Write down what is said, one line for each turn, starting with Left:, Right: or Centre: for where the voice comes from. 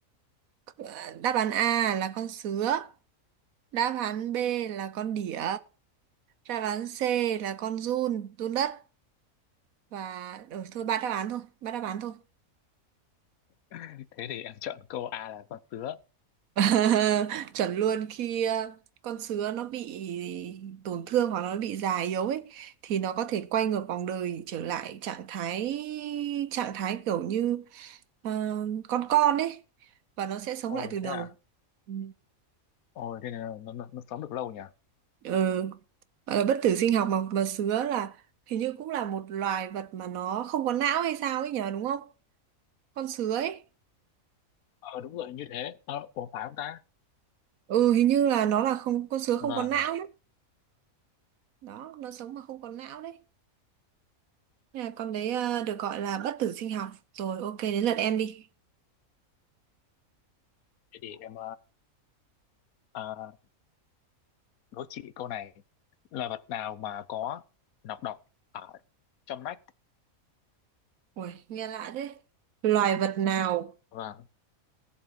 Right: ờ, đáp án A là con sứa, đáp án B là con đỉa, đáp án C là con giun, giun đất và ừ, thôi ba đáp án thôi, ba đáp án thôi.
Left: <laughs> thế thì em chọn câu A là con sứa
Right: <laughs> chuẩn luôn khi ờ, con sứa nó bị tổn thương hoặc nó bị già yếu ấy thì nó có thể quay ngược vòng đời trở lại trạng thái trạng thái kiểu như ờ, con con ấy và nó sẽ sống
Left: ôi
Right: lại từ đầu
Left: thế à
Right: Ừ.
Left: ôi thế là nó, nó, nó sống được lâu nhỉ
Right: ừ. gọi là bất tử sinh học mà mà sứa là hình như cũng là một loài vật mà nó không có não hay sao ấy nhờ đúng không con sứa ấy
Left: ờ đúng rồi như thế ờ ủa phải không ta
Right: ừ hình như là nó là không con sứa
Left: vâng
Right: không có não đấy đó nó sống mà không có não đấy À, con đấy ờ, được gọi là bất tử sinh học. Rồi ok đến lượt em đi.
Left: thế thì em uh, đố chị câu này là vật nào mà có nọc độc ở trong nách
Right: Ui, nghe lạ thế. Loài vật nào
Left: vâng